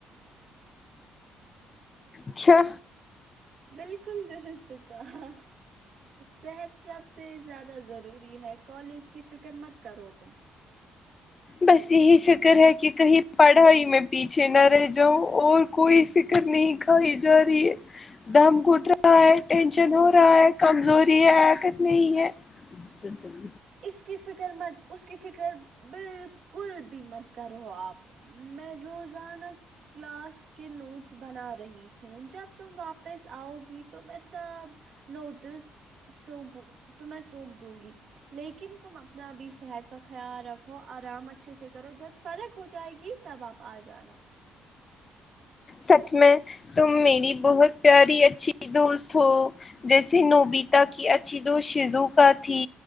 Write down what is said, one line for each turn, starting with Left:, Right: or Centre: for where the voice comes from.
Left: کیا
Right: بالکل درست کہا صحت سب سے زیادہ ضروری ہے کالج کی فکر مت کرو تم
Left: بس یہی فکر ہے کہ کہیں پڑھائی میں پیچھے نہ رہ جاؤں اور کوئی فکر نہیں کھائی جا رہی ہے دم گٹ رہا ہے ٹینشن ہو رہا ہے کمزوری ہے حرکت نہیں ہے جٹک
Right: اس کی فکر مت اس کی فکر بال کل بھی مت کرو آپ میں روزانہ ک لاس کے نوٹس بنا رہی ہوں جب تم واپس آؤ گی تو میں سب نوٹس سونپوں تو میں سونپ دوں گی لیکن تم اپنا بھی صحت کا خیال رکھو آرام اچھے سے کرو جب فرق ہو جائے گی تب آپ آ جانا
Left: سچ میں تم میری بہت پیاری اچھی دوست ہو جیسے نوبیتا کی اچھی شیجوکا تھی